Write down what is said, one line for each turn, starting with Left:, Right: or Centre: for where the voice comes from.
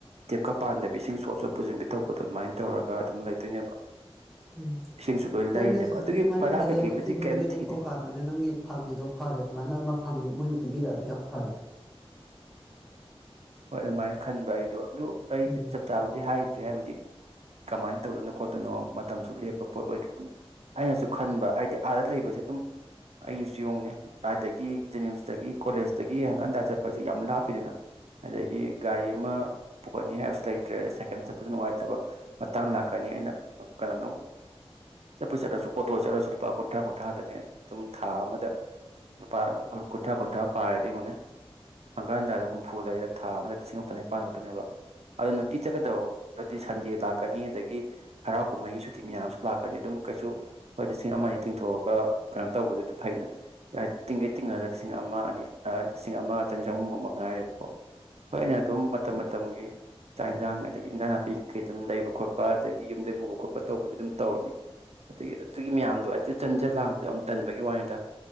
Right: ꯇꯤꯞꯀ ꯄꯥꯟꯗꯕꯤ ꯏꯁꯤꯡ ꯁꯣꯠꯁꯨ ꯄꯨꯁꯤꯟꯕꯤ ꯇꯧꯕꯗꯣ ꯑꯗꯨꯃꯥꯏꯅ ꯇꯧꯔꯒ ꯑꯗꯨꯝ ꯂꯩꯗꯣꯏꯅꯦꯕ
Centre: ꯎꯝ
Right: ꯏꯁꯤꯡꯁꯨ ꯂꯣꯏ
Centre: ꯍꯣꯏꯅꯦ
Right: ꯂꯩꯔꯤꯅꯦꯕ ꯑꯗꯨꯒꯤ
Centre: ꯑꯗꯨꯃꯥꯏꯅ
Right: ꯕꯔꯥ
Centre: ꯐꯖꯕ
Right: ꯀꯩꯀꯩꯕꯨꯗꯤ
Centre: ꯊꯤꯕꯗꯨ
Right: ꯀꯩꯝ
Centre: ꯂ ꯇꯣꯛꯊꯣꯛꯑꯀꯥꯟꯗꯅꯦ
Right: ꯊꯤꯗꯦ
Centre: ꯅꯪꯒꯤ ꯐꯪꯉꯤꯗꯣ ꯐꯔꯦ ꯑꯗꯨꯃꯥꯏꯅ ꯐꯪꯉꯤ ꯃꯣꯏꯅ ꯄꯤꯕꯤꯔꯛꯑꯗꯤ ꯌꯥꯝ ꯐꯔꯦ
Right: ꯍꯣꯏ ꯑꯗꯨꯃꯥꯏꯅ ꯈꯟꯕ ꯑꯩꯗꯣ ꯑꯗꯨ ꯑꯩꯗꯤ
Centre: ꯎꯝ
Right: ꯆꯞ ꯆꯥꯕꯨꯗꯤ ꯍꯥꯏꯗ꯭ꯔꯔꯤ ꯍꯥꯏꯕꯗꯤ ꯀꯃꯥꯏꯅ ꯇꯧꯗꯅꯣ ꯈꯣꯠꯇꯅꯣ ꯃꯇꯝꯁꯨ ꯂꯦꯞꯄ ꯄꯣꯠ ꯑꯣꯏꯗ꯭ꯔꯤꯕꯅꯤꯅꯣ ꯑꯩꯅꯁꯨ ꯈꯟꯕ ꯍꯥꯏꯗꯤ ꯑꯥꯗ ꯂꯩꯕꯁꯦ ꯑꯗꯨꯝ ꯑꯩꯒꯤꯁꯨ ꯌꯦꯡꯎꯅꯦ ꯑꯗꯒꯤ ꯖꯦꯅꯤꯝꯁꯇꯒꯤ ꯀꯣꯂꯦꯖꯇꯒꯤ ꯍꯪꯒꯥꯥꯟꯗ ꯆꯠꯄ ꯍꯖꯤ ꯌꯥꯝ ꯂꯥꯞꯄꯤꯗꯅ ꯑꯗꯒꯤ ꯒꯥꯔꯤ ꯑꯃ ꯄꯨꯈꯠꯅꯤ ꯍꯥꯏꯕꯁꯨ ꯂꯩꯇ꯭ꯔꯦ ꯑꯗꯩ ꯁꯥꯏꯀꯜ ꯆꯠꯄꯁꯨ ꯅꯨꯡꯉꯥꯏꯇꯕ ꯃꯇꯥꯡ ꯂꯥꯛꯀꯅꯤ ꯑꯩꯅ ꯀꯩꯅꯣꯅꯣ ꯆꯠꯄ ꯆꯠꯂꯁꯨ ꯑꯣꯇꯣ ꯆꯠꯂꯁꯨ ꯂꯨꯄꯥ ꯀꯨꯟꯊ꯭ꯔꯥ ꯀꯨꯟꯊ꯭ꯔꯥꯗꯅꯦ ꯑꯗꯨꯝ ꯊꯥ ꯑꯃꯗ ꯂꯨꯄꯥ ꯀꯨꯟꯊ꯭ꯔꯥ ꯀꯨꯟꯊ꯭ꯔꯥ ꯄꯥꯏꯔꯗꯤ ꯑꯃꯨꯟꯅ ꯍꯪꯀꯥꯟꯗꯗꯨꯝ ꯐꯨꯂꯩꯔꯦ ꯊꯥ ꯑꯃꯗ ꯆꯤꯡꯉꯇꯅꯤ ꯄꯥꯟꯂꯛꯇꯅꯦꯕ ꯑꯗꯨ ꯅꯨꯡꯇꯤ ꯆꯠꯀꯗꯕꯗꯗꯤ ꯁꯟꯗꯦ ꯂꯥꯛꯀꯅꯤ ꯑꯗꯒꯤ ꯍꯔꯥꯎ ꯀꯨꯝꯍꯩꯒꯤ ꯁꯨꯇꯤ ꯃꯌꯥꯝ ꯑꯃꯁꯁꯨ ꯂꯥꯛꯀꯅꯤ ꯑꯗꯨꯝ ꯀꯩꯁꯨ ꯍꯣꯏꯗ ꯂꯤꯁꯤꯟ ꯑꯃꯅꯤ ꯇꯤꯡꯊꯣꯛꯑꯒ ꯀꯩꯅꯣ ꯇꯧꯕ ꯐꯥꯏꯅ ꯌꯥ ꯇꯤꯡꯒ ꯇꯤꯡꯉꯗ ꯂꯤꯁꯤꯡ ꯑꯃ ꯑꯅꯤ ꯂꯤꯁꯤꯡ ꯑꯃ ꯆꯅꯤꯖꯍꯨꯝꯒꯨꯝꯕ ꯑꯏ ꯍꯣꯏ ꯑꯩꯅ ꯑꯗꯨꯝ ꯃꯇꯝ ꯃꯇꯝꯒꯤ ꯆꯥꯛ ꯏꯟꯁꯥꯡ ꯑꯗꯒꯤ ꯏꯟꯖꯥꯡ ꯅꯥꯄꯤ ꯀꯩ ꯑꯗꯨꯝ ꯂꯩꯕ ꯈꯣꯠꯄ ꯑꯗꯒꯤ ꯌꯨꯝꯗꯩ ꯄꯨꯕ ꯈꯣꯠꯄ ꯇꯧꯕꯗꯤ ꯑꯗꯨꯝ ꯇꯧꯔꯅꯤ ꯑꯗꯒꯤ ꯑꯗꯨꯒꯤ ꯃꯌꯥꯝꯗꯣ ꯑꯗꯨ ꯆꯟꯖ ꯂꯥꯡꯕꯗꯣ ꯌꯥꯝ ꯇꯟꯕꯒꯤ ꯋꯥꯅꯤꯗ